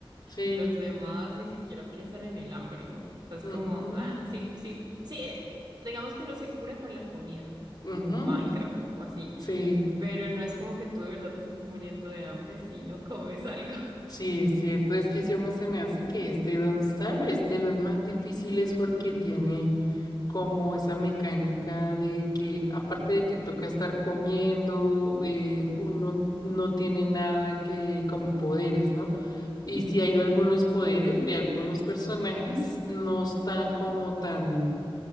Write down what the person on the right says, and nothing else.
Los demás ni siquiera piensan en el hambre, ¿no? O sea, es como,
ah, sí, sí, sí, digamos que uno se cura con la comida,
como Minecraft o o así,
pero no es como que tú de verdad te estés muriendo de hambre si no comes <laughs> algo.
Ujú,
No.